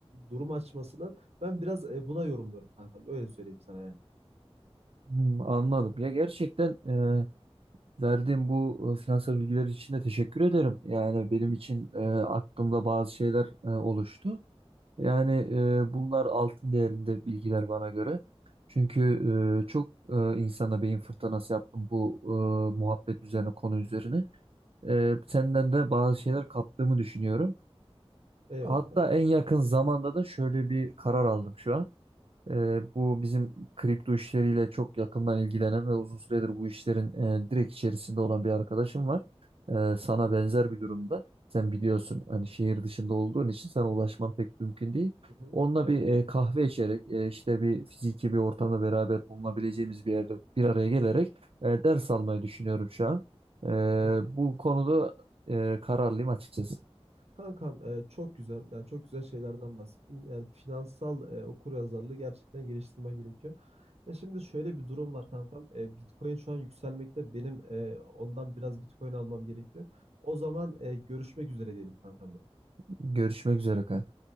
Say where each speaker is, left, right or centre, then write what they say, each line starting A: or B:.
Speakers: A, on the right; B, on the right.
A: durum açmasını ben biraz e, buna yorumluyorum kankam. Öyle söyleyeyim sana yani.
B: Hmm, anladım. Ya gerçekten e, verdiğim bu e, finansal bilgiler için de teşekkür ederim. Yani benim için e, aklımda bazı şeyler e, oluştu. Yani e, bunlar altın değerinde bilgiler bana göre. Çünkü e, çok e, insana beyin fırtınası yaptım bu e, muhabbet üzerine, konu üzerine. E, senden de bazı şeyler kaptığımı düşünüyorum.
A: Eyvallah
B: Hatta
A: kanka.
B: en yakın zamanda da şöyle bir karar aldım şu an. Ee, bu bizim kripto işleriyle çok yakından ilgilenen ve uzun süredir bu işlerin e, direkt içerisinde olan bir arkadaşım var. Ee, sana benzer bir durumda. Sen biliyorsun hani şehir dışında olduğun için sana ulaşman pek mümkün değil.
A: Hı hı.
B: Onunla
A: Evet.
B: bir e, kahve içerek e, işte bir fiziki bir ortamda beraber bulunabileceğimiz bir yerde bir araya gelerek e, ders almayı düşünüyorum şu an. Ee,
A: Okey.
B: bu konuda e, kararlıyım açıkçası.
A: Kankam e, çok güzel yani çok güzel şeylerden bahsettin. Yani finansal e, okuryazarlığı gerçekten geliştirmen gerekiyor. Ya şimdi şöyle bir durum var kankam. E, Bitcoin şu an yükselmekte. Benim e, ondan biraz Bitcoin almam gerekiyor. O zaman e, görüşmek üzere diyelim kankam.
B: Görüşmek üzere. kanka.